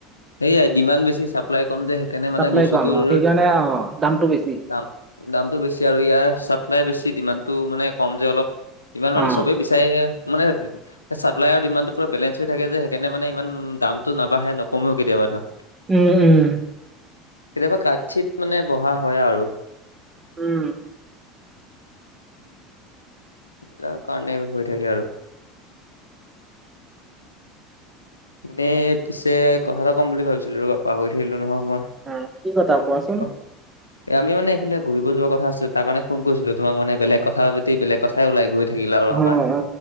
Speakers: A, on the left (about 80°); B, on the right (about 20°).
A: সেয়াই ডিমাণ্ড বেছি চাপ্লাই কম যে সেইকাৰণে মানে
B: চাপ্লাই
A: বস্তুটোৰ
B: কম অ সেইকাৰণে অ দামটো বেছি
A: দাম দামতটো বেছি, আৰু ইয়াৰ চাপ্লাই বেছি ডিমাণ্ডটো মানে কম যে অলপ। ডিমাণ্ড মানে
B: অ
A: চবে বেছি সেয়ে মানে চাপ্লাই আৰু ডিমাণ্ডটো পুৰা বেলেঞ্চ হৈ থাকে যে। সেইকাৰণে মানে ইমান দাম ত নাবাঢ়ে নকমেও কেতিয়াবা ধৰা।
B: উম উম।
A: কেতিয়াবা কাঠ চিত মানে বহা হয় আৰু।
B: উম।
A: তাৰ কাৰণেই হৈ থাকে আৰু এনেই পিছে কথা এটা ক'ম বুলি ভাবিছিলোঁ ৰ'বা পাহৰি থাকিলো নহয় মই
B: অ কি কথা কোৱাছোঁন?
A: অ' এ আমি মানে এফালে ঘুৰিব যোৱা কথা আমি আমি মানে এইফালে ঘূৰিব যোৱা কথা আছিল। তাৰ কাৰণে ফোন কৰিছিলোঁ তোমাক বেলেগ কথা পাতি, বেলেগ কথাই ওলাই গৈ থাক থাকিলে আৰু
B: অ
A: আমাৰ,
B: অ